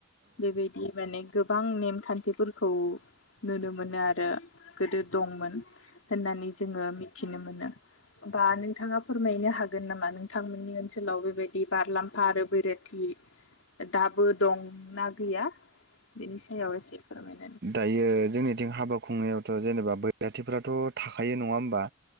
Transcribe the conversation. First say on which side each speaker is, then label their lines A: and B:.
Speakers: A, on the left (about 75°); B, on the right (about 55°).
A: बेबायदि माने गोबां नेमखान्थिफोरखौ नुनो मोनो आरो। गोदो दंमोन होननानै जोङो मिथिनो मोनो। बा नोंथाङा फोरमायनो हागोन नामा? नोंथांमोननि ओनसोलाव बेबायदि बारलाम्फा आरो बैरोथि। <unintelligible> दाबो दंना गैया बेनि सायाव एसे फोरमायनो।
B: दायो जोंनिथिं हाबा खुंनायावथ' जेनेबा बैराथिफ्राथ' थाखायो नङा होमबा।